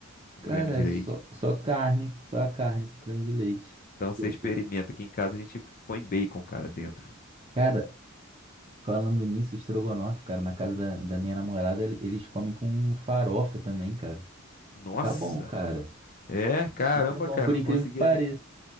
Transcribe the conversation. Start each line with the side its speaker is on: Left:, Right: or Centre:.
Left: com
Right: Cara,
Left: creme de
Right: é
Left: leite?
Right: só, só carne, só a carne, com creme de leite.
Left: Então você
Right: Eu-
Left: experimenta. Aqui em casa a gente põe bacon, cara, dentro.
Right: Cara, Falando nisso, estrogonofe, cara, na casa da, da minha namorada, ele- eles comem com farofa também, cara.
Left: Nossa!
Right: Fica bom, cara.
Left: É, caramba,
Right: Fica bom,
Left: cara,
Right: por
Left: não
Right: incrível
Left: conseguia
Right: que pareça.
Left: nem,